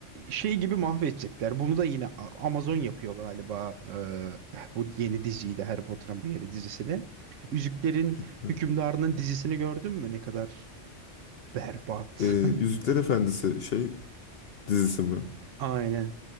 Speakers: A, on the right; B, on the left.
A: Şey gibi mahvedecekler. Bunu da yine A- Amazon yapıyor galiba. eee, bu yeni diziyi de Harry Potter'ın bu yeni dizisini. Yüzüklerin
B: Bilmiyorum.
A: Hükümdarı'nın dizisini gördün mü? Ne kadar berbat.
B: Ee,
A: <laughs>
B: Yüzükler Efendisi şey dizisi mi?
A: Aynen.